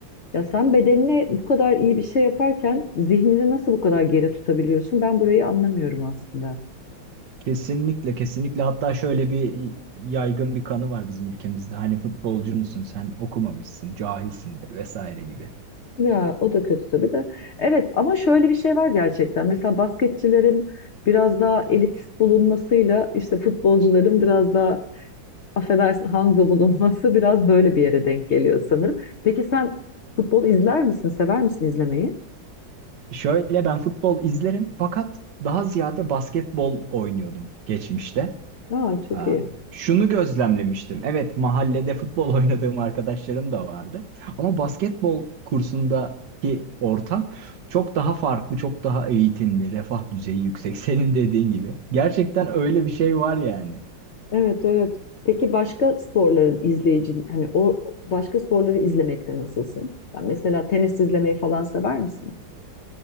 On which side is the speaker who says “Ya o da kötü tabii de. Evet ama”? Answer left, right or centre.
Left